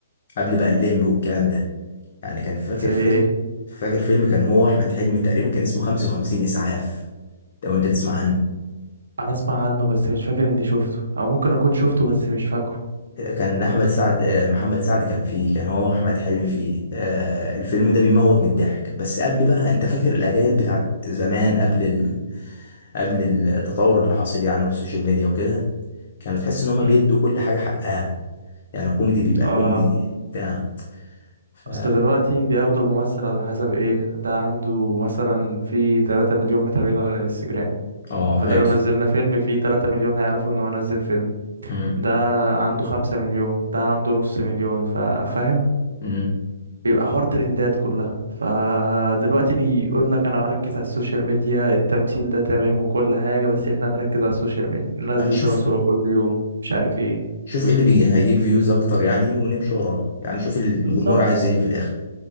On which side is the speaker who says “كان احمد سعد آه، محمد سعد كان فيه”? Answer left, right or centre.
Left